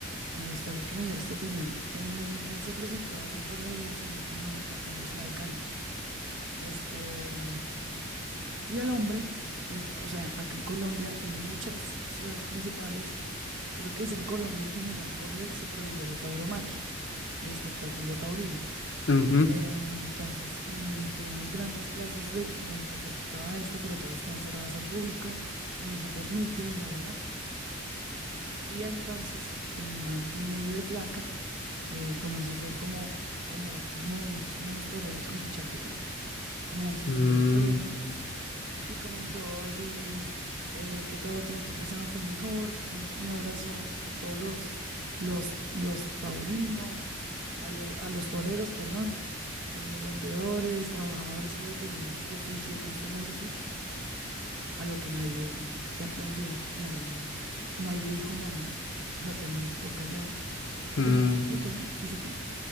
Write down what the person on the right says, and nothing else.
me gustaría que me dieras tu opinión. Em, él se presentó hace un par de días, si no estoy mal, acá en la ciudad de Cali. Esto. Y al hombre, eh, o sea, acá en Colombia, en muchas ciudades principales, creo que es en Colombia en general, por ley se prohibió la tauromaquia, el espectáculo taurino.
Em, Entonces, eh, tenemos grandes plazas de donde se practicaba esto, pero todas están cerradas al público, no se permite, la, la, la. Y entonces el man en medio de flaca eh, comenzó a hacer como, como estos movimientos, como los toreros con su chaqueta, como si estuviera
toreando. Y comenzó a decir eh, que todo tiempo pasado fue mejor, que un abrazo a todos los, los, los taurinos, a, lo- a los toreros, perdón, eh, vendedores, trabajadores que dependían de este oficio, de este noble oficio, a lo que nadie le aplaudió, nadie, nadie dijo nada, o sea, todo el mundo se quedó callado. Pues
el man se emputó y se fue.